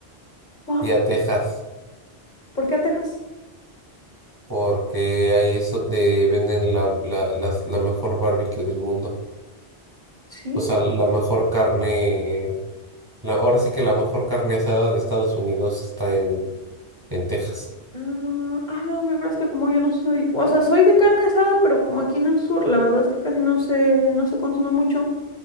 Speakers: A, on the left (about 45°); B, on the right (about 20°).
A: Wa-
B: y a Texas,
A: ¿Por qué a Texas?
B: porque ahí es donde venden la, la, las- la mejor barbecue del mundo.
A: Sí,
B: O sea, la mejor carne. la- ahora sí que la mejor carne asada de Estados Unidos está en, en Texas.
A: Ah, ah, no, la verdad es que como yo no soy, o sea, soy de carne asada, pero como aquí en el sur, la verdad es que casi no se, no se consume mucho.